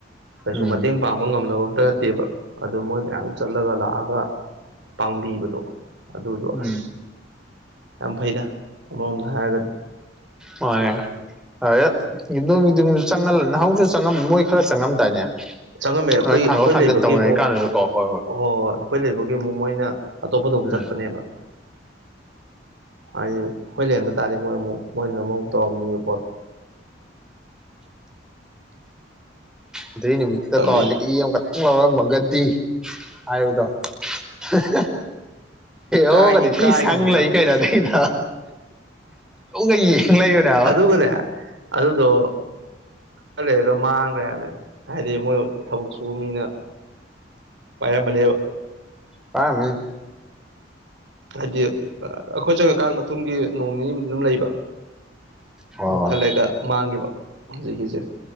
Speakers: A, on the right; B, in the centre.
A: ꯀꯩꯁꯨ
B: ꯎꯝ
A: ꯃꯇꯦꯡ ꯄꯥꯡꯕ ꯉꯝꯅꯕ ꯐꯠꯇ ꯅꯠꯇꯦꯕ ꯑꯗꯨ ꯃꯣꯏ ꯃꯌꯥꯝ ꯆꯠꯂꯒ ꯂꯥꯛꯑꯒ ꯄꯥꯡꯕꯤꯕꯗꯣ ꯑꯗꯨꯗꯣ
B: ꯎꯝ
A: ꯑꯁ ꯌꯥꯝ ꯐꯩꯗ ꯑꯃꯃꯣꯝꯗ ꯍꯥꯏꯔꯒꯗꯤ
B: ꯍꯉꯦ ꯍ ꯌꯨꯝꯗꯣꯡ ꯌꯣꯡꯁꯨ ꯆꯪ ꯅꯍꯧꯁꯨ ꯆꯉ ꯃꯣꯏ ꯈꯔ ꯆꯪꯉꯝꯗꯥꯏꯅꯦ
A: ꯆꯪꯉꯝꯃꯦ ꯑꯩꯈꯣꯏ
B: ꯍꯣꯏ
A: ꯑꯩꯈꯣꯏ
B: ꯊꯥꯡꯒꯠ ꯊꯥꯡꯖꯤꯟ
A: ꯂꯩꯕꯒꯤ
B: ꯇꯧꯅꯔꯤꯀꯥꯟꯗꯨꯗꯀꯣ
A: ꯑꯃꯨꯛ
B: ꯍꯣꯏ
A: ꯍ ꯍꯣꯏ ꯑꯩꯈꯣꯏ ꯂꯩꯕꯒꯤ ꯑꯃꯨꯛ ꯃꯣꯏꯅ ꯑꯇꯣꯞꯄꯗ ꯑꯃꯨꯛ
B: ꯎꯝ
A: ꯆꯠꯄꯅꯦꯕ ꯍꯥꯏ ꯍꯣꯏ ꯂꯩꯝꯅ ꯇꯥꯔꯦ ꯃꯣꯏ ꯑꯃꯨꯛ ꯃꯣꯏꯅ ꯑꯃꯨꯛ ꯇꯝꯅꯤ ꯄꯠꯇ
B: ꯑꯗꯨꯗꯩ ꯅꯨꯃꯤꯠꯇꯨꯗ
A: ꯈꯪꯗꯦ
B: ꯇꯧꯜꯂꯤꯛꯂꯤ ꯑꯃ ꯈꯛꯇꯪ ꯂꯧꯥꯎꯔꯝꯃꯒꯗꯤ ꯍꯥꯏꯕꯗꯣ <inaudible> ꯍ ꯑꯣꯣ
A: ꯀꯥꯏꯗꯤ
B: ꯀꯗꯤꯇꯤ
A: ꯀꯥꯏꯈꯤꯕꯅꯦꯕ
B: ꯁꯪ ꯂꯩ ꯀꯩꯅꯣꯗꯗ ꯀꯩ ꯌꯦ ꯂꯩꯣꯅꯦ ꯑ
A: ꯑꯗꯨꯒꯅꯦ ꯑꯗꯨꯗꯣ ꯈꯔ ꯂꯩꯔꯒ ꯃꯥꯡꯈ꯭ꯔꯦ ꯍꯥꯏꯕꯅꯦꯕ ꯍꯥꯏꯗꯤ ꯃꯣꯏ ꯊꯕꯛ ꯁꯨꯕ ꯃꯤꯅ ꯄꯔ ꯃꯂ
B: ꯄꯥꯝꯃꯤꯃꯦ
A: ꯍꯥꯏꯗꯤ ꯑꯩꯈꯣꯏ ꯆꯪꯉꯀꯥꯟ ꯃꯇꯨꯡꯒꯤ ꯅꯣꯡ ꯅꯤꯅꯤꯕꯨꯗꯤ ꯑꯗꯨꯝ ꯂꯩꯕ
B: ꯍꯣꯏ
A: ꯑꯗꯨ
B: ꯍꯣꯏ
A: ꯈꯜꯂꯒ ꯃꯥꯡꯈꯤꯕ ꯍꯧꯖꯤꯛꯀꯤꯁꯦ